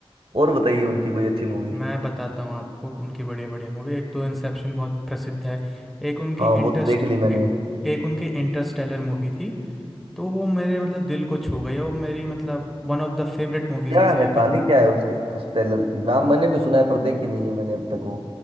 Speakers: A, on the right (about 70°); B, in the centre.
A: और बताइए उनकी कोई अच्छी मूवी
B: मैं बताता हूँ आपको उनकी बढ़िया बढ़िया मूवी एक तो इंसेप्शन बहुत प्रसिद्ध है एक उनकी
A: हाँ
B: इंटरेस्ट
A: वो तो देख ली मैंने
B: एक उनकी इंटरस्टेलर मूवी थी तो वो मेरे मतलब दिल को छू गई और मेरी मतलब one of the favourite movies
A: क्या
B: में से
A: है
B: एक
A: कहानी
B: है
A: क्या है उसकी इंटरस्टेलर की नाम मैंने भी सुना है पर देखी नहीं है मैंने अब तक वो